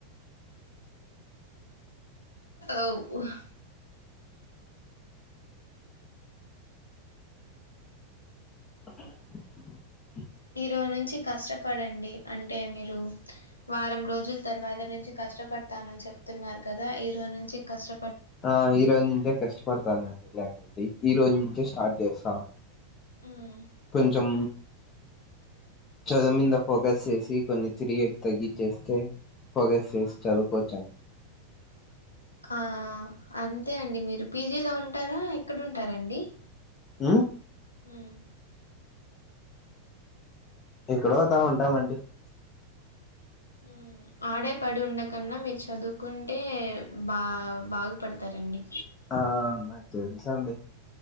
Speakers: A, on the left; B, on the left.
A: ఓహ్!
B: ఓే
A: ఈ రోజు నుంచి కష్టపడండి అంటే మీరు వారం రోజుల తర్వాత నుంచి కష్టపడతానని చెప్తున్నారు కదా ఈరోజు నుంచి కష్ట
B: ఆ ఈ రోజు నుంచే కష్టపడతానండి లేకుంటే ఈ రోజు నుంచే స్టార్ట్ చేస్తాను
A: హ్మ్.
B: కొంచం చదువు మీద ఫోకస్ చేసి కొన్ని తిరిగేది తగ్గించేస్తే ఫోకస్ చేసి చదువుకోవచ్చం
A: ఆ అంతే అండి మీరు పీజీలో ఉంటారా ఎక్కడ ఉంటారాండి
B: హ్మ్
A: హ్మ్
B: ఎక్కడోతా ఉంటామండి
A: హ్మ్ ఆడే పడి ఉండే కన్నా మీరు చదువుకుంటే బా బాగుపడతారండి
B: ఆ నాకు తెలుసండి